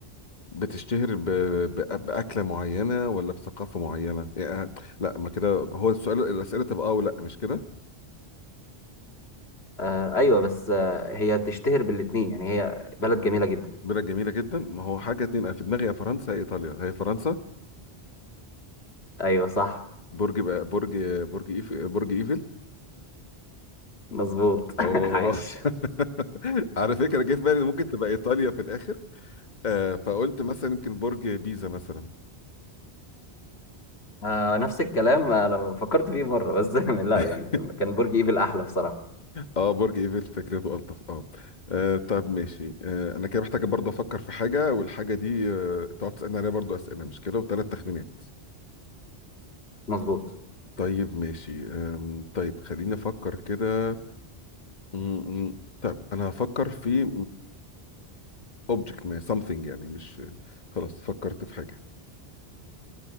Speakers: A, on the left (about 45°); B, on the left (about 75°).
A: بتشتهر ب... ب... بأكلة معينة ولا بثقافة معينة؟ يعني لا ما كده هو السؤال الأسئلة تبقى اه ولا مش كده؟
B: آه، ايوه بس آه، هي تشتهر بالاتنين يعني هي بلد جميله جدا
A: بلا جميلة جدا ما هو حاجة اتنين أنا في دماغي يا فرنسا يا إيطاليا هي فرنسا
B: ايوه صح
A: برج بقى برج برج إيف... برج إيفل
B: مظبوط
A: أو
B: <laughs> عاش
A: <laughs> على فكرة جه في بالي إن ممكن تبقى إيطاليا في الآخر آه فقلت مثلا يمكن برج بيزا مثلا
B: آه نفس الكلام آه، انا فكرت فيه مره بس <laughs> لا يعني
A: <laughs>
B: كان برج ايفل احلى بصراحه
A: اه برج ايفل فكرته الطف اه آه، طب ماشي آه، انا كده محتاج برضه افكر في حاجه والحاجه دي آه، تقعد تسالني عليها برضه اسئله مش كده وثلاث تخمينات
B: مظبوط
A: طيب ماشي آم، طيب خليني افكر كده م- م. طب انا هفكر في اوبجكت ما something يعني مش خلاص فكرت في حاجه